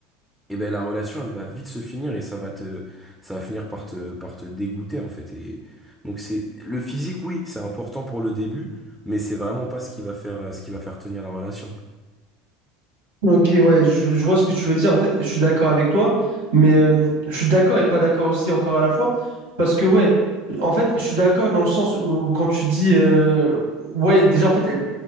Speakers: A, in the centre; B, on the right.
A: et ben la relation elle va vite se finir et ça va te ça va finir par te par te dégoûter en fait et donc c'est le physique oui, c'est important pour le début, mais c'est vraiment pas ce qui va faire euh, ce qui va faire tenir la relation.
B: Ok, ouais, je, je vois ce que tu veux dire. En fait, je suis d'accord avec toi, mais euh, je suis d'accord et pas d'accord aussi encore à la fois. Parce que, ouais, en fait, je suis d'accord dans le sens où quand tu dis, euh, ouais, déjà, en fait, elle-